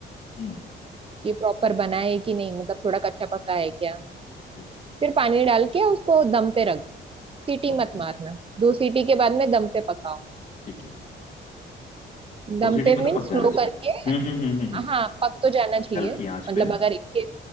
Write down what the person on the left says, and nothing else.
हम्म
ठीक है
ओके
ठीक है दो
सीटी
में तो
पक
जाना चाहिए
हम्म हम्म हम्म हम्म, हम्म।
हल्की आंच
पे ना